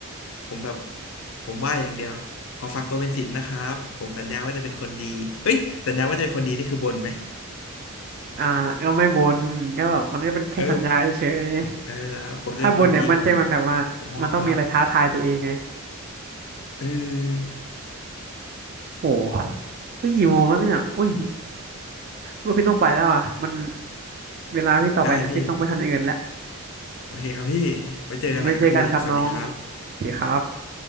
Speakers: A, on the left; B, on the right.
A: ผมแบบผมไหว้อย่างเดียวขอฝากตัวเป็นศิษย์นะครับผมสัญญาว่าจะเป็นคนดีเฮ้ยสัญญาว่าจะเป็นคนดีนี่คือบ่นไหม
B: อ่าก็ไม่บนก็แบบมันก็เป็นแค่สัญญาเฉย
A: เออเออ
B: ๆถ้าบนเนี่ยมันใจมันแบบว่ามันต้องมีอะไรท้าทายตัวเองไง
A: ผมจะเป็นคนดีของของมอครับเออ
B: โหเฮ้ยกี่โมงแล้วเนี่ยอุ้ยว่าพี่ต้องไปแล้วอ่ะมันเวลาพี่ต่อไปเนี่ยพี่ต้องไปทำอย่างอื่นแล้ว
A: ได้พี่โอเคครับพี่ไว้เจอกันหน่อยครับพี่สวัสดีครับ
B: ไว้เจอกันครับน้องโอเคครับ